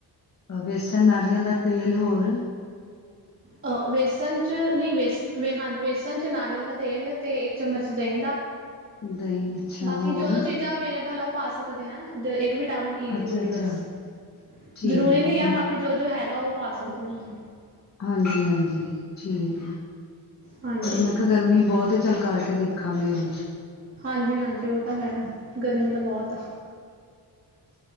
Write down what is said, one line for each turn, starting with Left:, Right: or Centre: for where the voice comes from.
Left: ਵੇਸਣ, ਨਾਰੀਅਲ ਦਾ ਤੇਲ ਹੋਰ
Right: ਆ ਵੇਸਣ 'ਚ ਨਈਂ ਵੇਸ ਵੇ ਹਾਂਜੀ ਵੇਸਣ 'ਚ ਨਾਰੀਅਲ ਦਾ ਤੇਲ ਅਤੇ ਇੱਕ ਚਮਚ ਦਹੀਂ ਦਾ।
Left: <inaudible> <inaudible> ਦਹੀਂ ਅੱਛਾ
Right: ਬਾਕੀ
Left: ਹੋਰ
Right: ਜੋ-ਜੋ ਚੀਜ਼ਾਂ ਅਵੇਲੇਬਲ ਆ ਉਹ ਪਾ ਸਕਦੇ ਆ। ਦ ਇੱਕ ਵਿਟਾਮਿਨ ਈ ਦੀ
Left: ਅੱਛਾ
Right: ਗੋਲੀ
Left: ਅੱਛਾ
Right: ਬਸ।
Left: ਠੀਕ
Right: ਜ਼ਰੂਰੀ
Left: ਹੈ
Right: ਨੀ ਆ ਬਾਕੀ ਜੋ- ਜੋ ਹੈਗਾ ਉਹ ਪਾ ਸਕਦੇ ਤੁਸੀਂ।
Left: ਹਾਂਜੀ-ਹਾਂਜੀ ਠੀਕ ਆ,
Right: ਹਾਂਜੀ
Left: ਮੈਂ ਕਾ ਗਰਮੀ ਬਹੁਤ ਚੱਲ ਕਰਕੇ ਦੇਖਾਂਗੇ ਏਨੂੰ
Right: ਹਾਂਜੀ-ਹਾਂਜੀ ਓਤਾਂ ਹੈ ਗਰਮੀ ਤਾਂ ਬਹੁਤ ਆਂ।